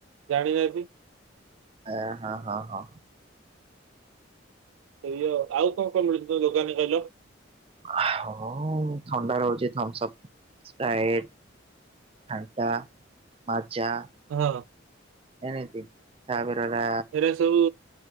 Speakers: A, on the right; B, on the right.
A: ଜାଣିନାହାନ୍ତି
B: ଏ ହଁ ହଁ ହଁ
A: ଏଇଏ ଆଉ କଣ କଣ ମିଳୁଛି ତମ ଦୋକାନରେ କହିଲ?
B: ହଁ ଥଣ୍ଡା ରହୁଛି ଥମ୍ସଅପ୍ ସ୍ପରାଇଟ୍ ଘାଣ୍ଟା ମାଜା
A: ହଁ
B: ଏନିତି ତାପରେ ଗଟା
A: ଥିରେ ସବୁ